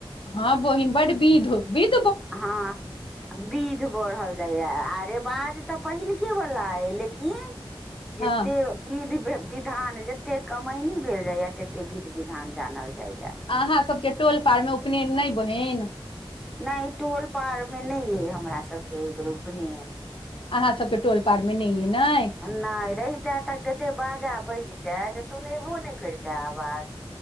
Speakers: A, on the left (about 70°); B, in the centre.
A: हँ बोहिन बड बिध हो बिध
B: हँ विध बढ़ल जाइया आ रेवाज तऽ पहिलके वला अय लेकिन जेतेक
A: हँ
B: विध विधान जते कमैनी भेल जाया तते विध विधान जानल जैय
A: अहाँ सबके टोल पार मे उपनयन नहि बहिन
B: नहि टोल पारमे नहि अइ हमरा सभकेर‌अय बेर उपनयन
A: अहाँ सबके टोल पार मे नहि ये ने
B: नहि रहिते त कते बाजा बजते जे सुनेबो नहि करितै आवाज